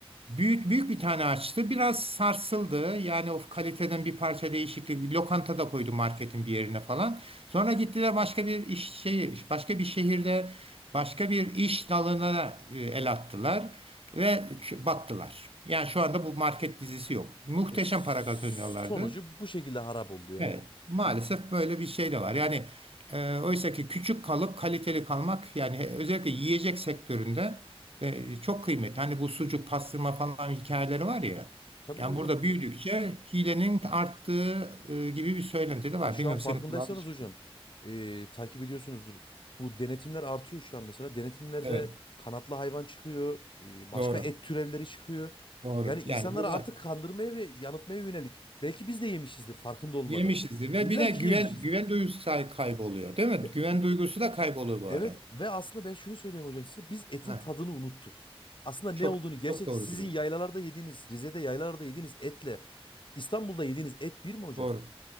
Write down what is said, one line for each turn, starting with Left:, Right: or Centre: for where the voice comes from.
Right: Büyük büyük bir tane açtı. Biraz sarsıldı. Yani o kaliteden bir parça değişiklik. Bir lokanta da koydu marketin bir yerine falan. Sonra gittiler başka bir iş şehir, başka bir şehirde başka bir iş dalına e, el attılar ve ç- battılar. Yani şu anda bu market dizisi yok. Muhteşem
Left: E, sonucu
Right: para kazanıyorlardı.
Left: bu şekilde harap oldu yani.
Right: Evet, maalesef böyle bir şey de var. Yani e, oysa ki küçük kalıp kaliteli kalmak yani he- özellikle yiyecek sektöründe e, çok kıymetli. Hani bu sucuk, pastırma falan hikayeleri var ya.
Left: Tabii
Right: Yani
Left: ki hocam
Right: burada büyüdükçe hilenin arttığı e, gibi bir söylenti de var.
Left: Ya şu
Right: Bilmiyorum
Left: an farkındaysanız
Right: senin kulağın hiç
Left: hocam
Right: geliyor. mu?
Left: e, takip ediyorsunuzdur. Bu denetimler artıyor şu an mesela. Denetimlerde
Right: Evet,
Left: kanatlı hayvan çıkıyor. e, başka
Right: doğru.
Left: et türevleri çıkıyor.
Right: Doğru.
Left: Yani insanları
Right: Yani bunlar
Left: artık kandırmaya ve yanıltmaya yönelik. Belki biz de yemişizdir farkında olmadan.
Right: yemişizdir ve
Left: İlla
Right: bir de
Left: ki
Right: güven
Left: yemişizdir.
Right: güven duygusu kay- kayboluyor, değil mi?
Left: Ya,
Right: Güven duygusu da kayboluyor bu
Left: evet
Right: ara.
Left: ve aslında ben şunu söyleyeyim hocam size. Biz etin
Right: Ha,
Left: tadını unuttuk. Aslında ne
Right: çok
Left: olduğunu gerçek
Right: çok doğru
Left: sizin
Right: diyorsun.
Left: yaylalarda yediğiniz, Rize'de yaylalarda yediğiniz etle İstanbul'da yediğiniz et bir mi hocam?
Right: Doğru.